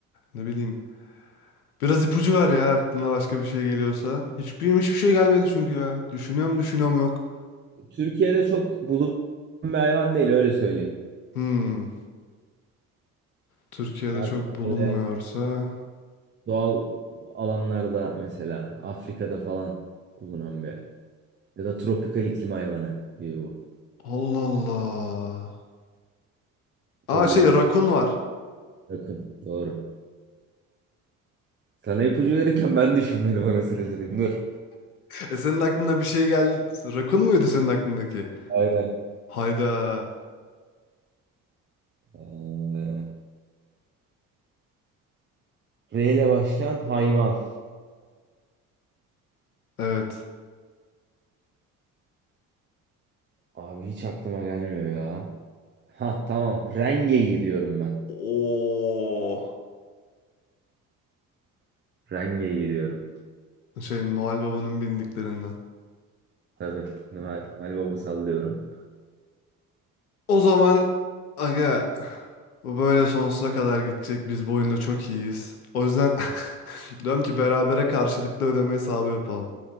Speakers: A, on the left (about 90°); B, on the right (about 25°).
A: Ne bileyim. Biraz ipucu ver ya aklına başka bir şey geliyorsa. Hiçbir, hiçbir şey gelmedi çünkü ya. Düşünüyorum düşünüyorum yok.
B: Türkiye'de çok bulunan bir hayvan değil öyle söyleyeyim.
A: Hmm. Türkiye'de
B: Daha
A: çok
B: çok
A: bulunmuyorsa.
B: böyle doğal alanlarda mesela Afrika'da falan bulunan bir ya da tropikal iklim hayvanı gibi bu.
A: Allah Allah. Aa
B: Böyle
A: şey
B: bir
A: rakun var.
B: Yakın. Doğru. Sana ipucu verirken ben düşünmedim anasını satayım. Dur.
A: E senin aklına bir şey geldi. Rakun muydu senin aklındaki?
B: Hayvan.
A: Hayda.
B: Ee, R ile başlayan hayvan.
A: Evet.
B: Abi hiç aklıma gelmiyor ya. Ha tamam. Rengeyi diyorum ben.
A: Oo.
B: Rengeyi diyorum.
A: Şey Noel Baba'nın bindiklerinden.
B: Tabii. Noel, Noel Baba sallıyorum.
A: O zaman aga bu böyle sonsuza kadar gidecek. Biz bu oyunda çok iyiyiz. O yüzden <laughs> diyorum ki berabere karşılıklı ödeme hesabı yapalım.